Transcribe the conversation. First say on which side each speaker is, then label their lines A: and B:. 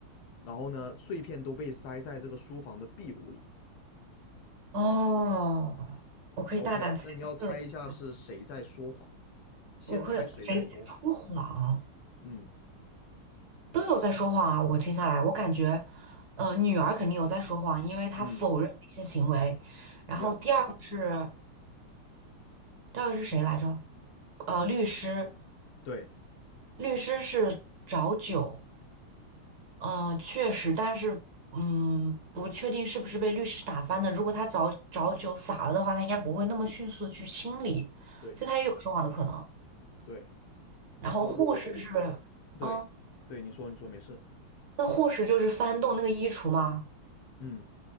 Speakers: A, on the left; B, on the right.
A: 然后呢，碎片都被塞在这个书房的壁炉里。
B: 哦，我可以大胆猜测一下，
A: OK，那你要猜一下是谁在说谎？先猜谁在说谎？
B: 我可以谁在说谎？
A: 嗯
B: 都有在说谎啊！我听下来，我感觉，呃，女儿肯定有在说谎，因为她否认一些行为。
A: 嗯
B: 然后第二个是
A: ，Yeah，
B: 第二个是谁来着？呃，律师，
A: 对
B: 律师是找酒。嗯，确实，但是，嗯，不确定是不是被律师打翻的。如果他早早酒洒了的话，他应该不会那么迅速的去清理，
A: 对
B: 所以他也有说谎的可能。
A: 对，
B: 然后护士是，
A: 哦，我我我，对对，
B: 嗯，
A: 你说你说没事，
B: 那护士就是翻动那个衣橱嘛，
A: 嗯。